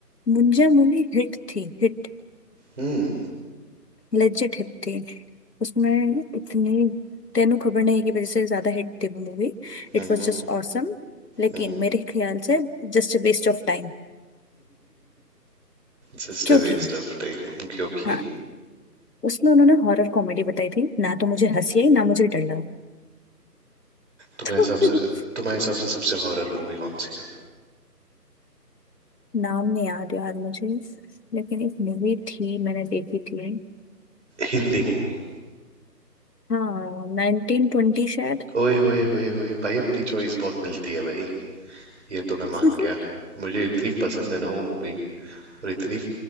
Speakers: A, on the left; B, on the right.
A: मुंजा मूवी हिट थी हिट
B: हम्म
A: लेजिट हिट थी उसमें इतनी तेनू खबर नहीं की वजह से ज्यादा हिट थी वो movie
B: हम्म
A: It was just awesome लेकिन
B: हम्म
A: मेरे ख्याल से जस्ट वेस्ट ऑफ टाइम
B: Just
A: क्योंकि
B: a waste of time <laughs> क्योंकि
A: हाँ उसमें उन्होंने हॉरर कॉमेडी बताई थी ना तो मुझे हंसी आई ना मुझे डर लगा
B: तुम्हारे
A: तो
B: हिसाब
A: <laughs>
B: से तुम्हारे हिसाब से सबसे हॉरर मूवी कौन सी है
A: नाम नहीं याद यार मुझे लेकिन एक मूवी थी मैंने देखी थी
B: हिंदी मूवी
A: हाँ नाइनटीन ट्वेंटी शायद
B: ओए होए होए होए भाई अपनी चॉइस बहुत मिलती है भाई ये तो मैं मान
A: <laughs>
B: गया मुझे इतनी पसंद है ना वो मूवी और इतनी